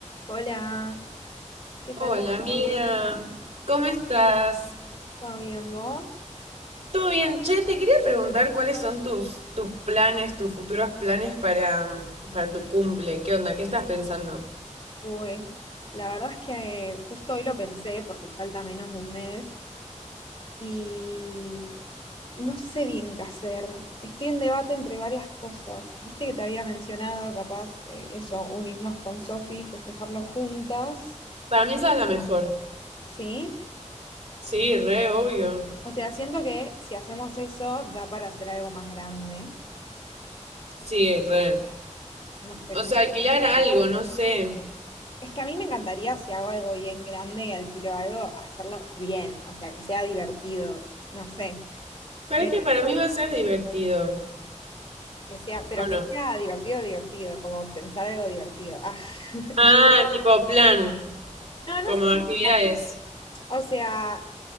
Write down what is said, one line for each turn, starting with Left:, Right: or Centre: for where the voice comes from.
Left: Hola, ¿qué
Right: Hola
Left: tal?
Right: amiga,
Left: amigo?
Right: ¿cómo estás?
Left: ¿Todo bien vos?
Right: ¿Todo bien? Che, te quería preguntar cuáles son tus, tus planes, tus futuros planes para, para tu cumple. ¿Qué onda? ¿Qué estás pensando?
Left: Uy, la verdad es que eh, justo hoy lo pensé porque falta menos de un mes y, y no sé bien qué hacer. Estoy en debate entre varias cosas. Viste que te había mencionado, capaz, eh, eso, unirnos con Sofi, festejarlo juntas,
Right: Para mí esa es la mejor.
Left: ¿sí?
Right: Sí, re, obvio.
Left: O sea, siento que si hacemos eso da para hacer algo más grande.
Right: Sí, re.
Left: No sé
Right: O sea,
Left: qué.
Right: alquilar algo, no sé.
Left: Es que a mí me encantaría, si hago algo bien grande y alquilo algo, hacerlo bien, o sea, que sea divertido, no sé,
Right: Pero
Left: eh,
Right: es que para mí va a ser divertido.
Left: que sea, pero
Right: ¿O no?
Left: que sea divertido, divertido, como pensar algo divertido. Ah, <laughs>
Right: Ah, tipo plan,
Left: no, no
Right: como
Left: sé
Right: actividades.
Left: si- no, o sea,